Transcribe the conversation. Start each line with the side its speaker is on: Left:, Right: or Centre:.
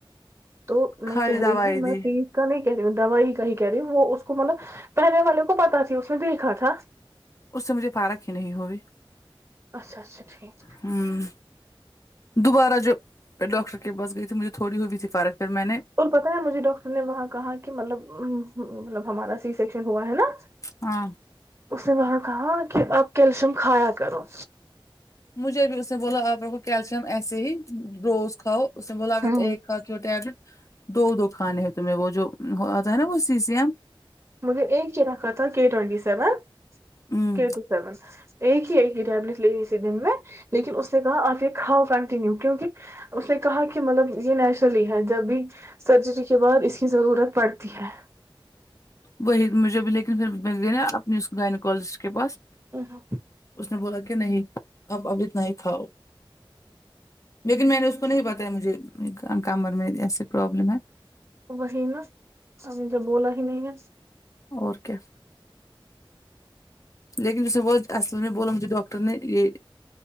Right: تو میں
Left: خالی
Right: کہہ
Left: دوائی
Right: رہی ہوں میں
Left: دی
Right: پل کا نہیں کہہ رہی دوائی کا ہی کہہ رہی وہ اس کو مطلب پہلے والے کو پتا تھی اس نے دیکھا تھا
Left: اس سے مجھے فرق ہی نہیں ہوگی
Right: اچھا اچھا ٹھیک
Left: ہوں دوبارہ جب ڈاکٹر کے پاس گئی تھی مجھے تھوڑی ہوئی تھی فرق پھر میں نے
Right: اور پتا ہے مجھے ڈاکٹر نے وہاں کہا کہ مطلب مطلب ہمارا سی سیکشن ہوا ہے نا
Left: ہاں
Right: اس نے وہاں کہا کہ آپ کیلشیم کھایا کرو
Left: مجھے بھی اس نے بولا آپ رو کیلشیم ایسے ہی روز کھاؤ اس میں بولا
Right: ہاں
Left: ایک کھا کے ٹیبلیٹ دو دو کھانے ہیں تمہیں وہ جو وہ آتا ہے نہ سی سی م
Right: مجھے ایک چ رکھا تھا کے ٹوینٹی سیون
Left: ہوں
Right: کےٹ سیون ایک ہی ایک ہی ٹیبلٹ لینی تھی دن میں لیکن اس نے کہا آپ یہ کھاؤ کنٹینیو کیونکہ اس نے کہا کہ مطلب یہ نیچرلی ہے جب بھی سرجری کے بعد اس کی ضرورت پڑتی ہے
Left: وہی مجھے بھی لیکن پھر گئی نا اپنے گیناکولوجست کے پاس
Right: ہاں <unintelligible>
Left: اس نے بولا کہ نہیں آپ ابھی اتنا ہی کھاؤ لیکن میں نے اس کو نہیں بتایا مجھے کمر میں ایسے پرابلم ہے
Right: وہ ہی نا سمجھو بولا ہی نہیں ہے
Left: اور کیا لیکن اسے بہت اصل میں بولا مجھے ڈاکٹر نے یہ